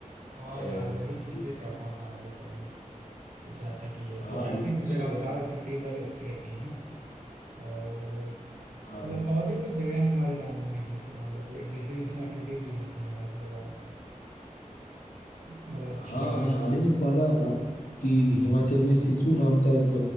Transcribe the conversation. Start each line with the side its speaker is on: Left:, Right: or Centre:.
Right: हाँ
Left: और
Right: यार वही चीज
Left: ये-
Right: मुझे करना था मतलब तभी पूछ रहा था कि ऐसे
Left: हाँ
Right: ऐसे
Left: ये सब
Right: कुछ जगह
Left: तो
Right: बताओ
Left: बहुत
Right: एक्टिविटीज वाली अच्छी रहती है ना और
Left: हाँ
Right: मतलब और भी कुछ जगह हैं तुम्हारे जानने में कि जैसे मान लो कोई जैसे जिसमें एक्टिविटीज भी होती हों ऐसी जगह मतलब
Left: हाँ
Right: अच्छी जगह
Left: मैं हाल
Right: है
Left: ही में पढ़ रहा था कि
Right: हम्म
Left: हिमाचल में सिसु नाम का एक